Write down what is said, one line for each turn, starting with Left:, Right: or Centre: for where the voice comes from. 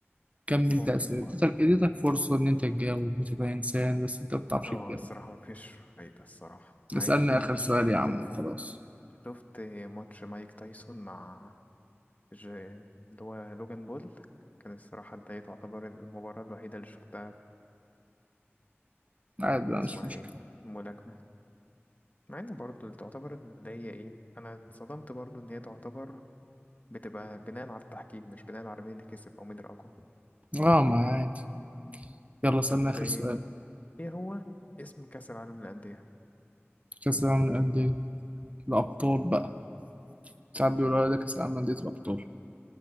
Right: كم
Left: ممكن
Right: أنت أسئلة
Left: برضه
Right: اديتك اديتك فرصة إن أنت تجاوب وتبقى إنسان بس أنت مبتعرفش
Left: اه
Right: تجاوب
Left: الصراحة مفيش فايدة الصراحة مع
Right: اسألني
Left: إني
Right: آخر سؤال
Left: شفت
Right: يا عم وخلاص
Left: شفت ماتش مايك تايسون مع ج- اللي هو لوجان بول كان الصراحة ده تعتبر المباراة الوحيدة اللي شفتها
Right: عادي
Left: اللي
Right: بقى،
Left: اسمها
Right: مش مشكلة
Left: ايه ملاكمة مع ان برضه اللي تعتبر اللي هي ايه انا انصدمت برضه ان هي تعتبر بتبقى بناء على التحكيم مش بناء على مين اللي كسب او مين الاقوى
Right: اه
Left: ما علينا
Right: ما عادي يلا اسألني
Left: طب
Right: آخر
Left: ايه
Right: سؤال
Left: إيه هو اسم كأس العالم للأندية
Right: كأس العالم للأندية الأبطال بقى
Left: آه.
Right: ساعات بيقولوا على ده كأس العالم للأندية الأبطال